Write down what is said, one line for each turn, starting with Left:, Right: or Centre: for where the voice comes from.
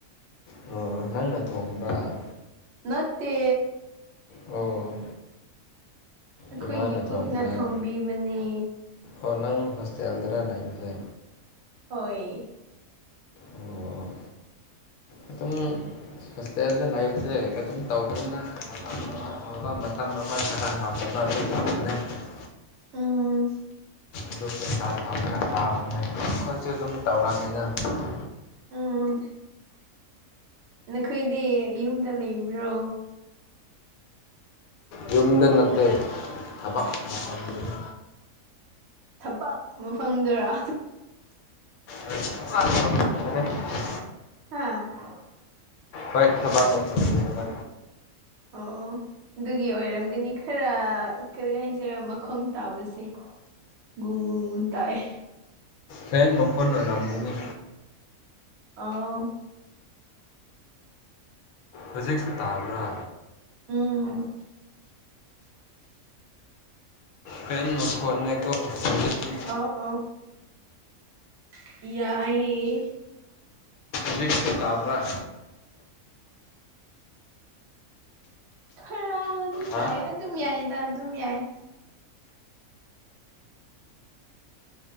Left: ꯑꯣ ꯅꯪꯅ <unintelligible> ꯊꯣꯡꯕ
Right: ꯅꯠꯇꯦ
Left: ꯑꯣ
Right: ꯑꯩꯈꯣꯏꯒꯤ
Left: ꯏꯃꯥꯅ
Right: ꯀꯨꯞꯅ
Left: ꯊꯣꯡꯕ꯭ꯔꯥ
Right: ꯊꯣꯡꯕꯤꯕꯅꯦ
Left: ꯑꯣ ꯅꯪ ꯍꯣꯁꯇꯦꯜꯗꯔ ꯂꯩꯥꯕꯁꯦ
Right: ꯍꯣꯏ
Left: ꯑꯣ ꯑꯗꯨꯝ ꯍꯣꯁꯇꯦꯜ ꯂꯥꯏꯕꯁꯦ ꯑꯗꯨꯝ ꯇꯧꯕꯅꯤꯅ ꯃꯇꯝ ꯑꯃ ꯐꯕ ꯃꯇꯝ ꯑꯃ ꯈꯔ ꯍꯥꯎꯇ ꯃꯥꯗꯤ ꯐꯅꯦ <unintelligible>
Right: ꯎꯝ
Left: ꯑꯗꯨꯝ ꯄꯩꯁꯥ ꯇ ꯈꯔ ꯇꯥꯕꯅꯦ ꯑꯩꯈꯣꯏꯁꯨ ꯑꯗꯨꯝ ꯇꯧꯔꯛꯑꯦꯗ <unintelligible>
Right: ꯎꯝ ꯅꯈꯣꯏꯗꯤ ꯌꯨꯝꯗ ꯂꯩꯕ꯭ꯔꯣ
Left: ꯌꯨꯝꯗ ꯅꯠꯇꯦ ꯊꯕꯛ ꯃꯐꯝꯗꯅꯦ
Right: ꯊꯕꯛ ꯃꯐꯪꯗꯔꯥ
Left: ꯦ <unintelligible>
Right: ꯍꯥꯥ
Left: ꯍꯣꯏ ꯊꯥꯕꯛ ꯃꯐꯝꯗꯅꯦꯕ
Right: ꯑꯣꯎ ꯑꯗꯨꯒꯤ ꯑꯣꯏꯔꯝꯒꯅꯤ ꯈꯔ ꯀꯔꯤ ꯍꯥꯏꯁꯤꯔ ꯃꯈꯣꯡ ꯇꯥꯕꯁꯦ ꯒꯨꯡ ꯒꯨꯡ ꯇꯥꯏꯌꯦ
Left: ꯐꯦꯟ ꯃꯈꯣꯟ ꯑꯣꯏꯔꯝꯒꯅꯤ
Right: ꯑꯥꯎ
Left: ꯍꯧꯖꯤꯛꯁꯨ ꯇꯥꯕ꯭ꯔꯥ
Right: ꯎꯝ
Left: ꯐꯦꯟ ꯃꯈꯣꯟ ꯅꯦꯀꯣ ꯍꯧꯖꯤꯛꯇꯤ
Right: ꯑꯣ ꯌꯥꯏ
Left: ꯍꯨꯖꯤꯛꯁꯨ ꯇꯥꯕ꯭ꯔꯥ
Right: ꯈꯔ ꯑꯗꯨ
Left: ꯍꯥ
Right: ꯇꯥꯏ ꯑꯗꯨꯝ ꯌꯥꯏꯗ ꯑꯗꯨꯝ ꯌꯥꯏ